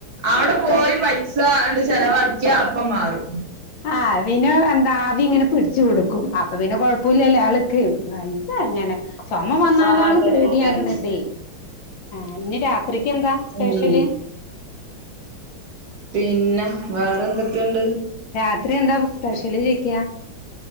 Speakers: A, on the right; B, on the left.
A: അവിടെ പോയി പൈസണ്ട് ചെലവാക്കിയാ അപ്പ മാറും.
B: ആഹ് പിന്നെ എന്താ ആവി ഇങ്ങനെ പിടിച്ചു കൊടുക്കും അപ്പോ പിന്നെ കൊഴപ്പില്ലല്ലേ ആൾക്ക്. ശങ്ങനെ ചുമ വന്നാലാണ്
A: ആഹ് അതന്നെ
B: പേടിയാകണതേ.
A: അതന്നെ
B: ആഹ് ഇനി രാത്രിക്ക് എന്താ സ്പെഷ്യല്?
A: ഉം പിന്നെ വേറെ എന്തൊക്കെയുണ്ട്?
B: രാത്രി എന്താ സ്പെഷ്യൽ ചോദിക്കുവ?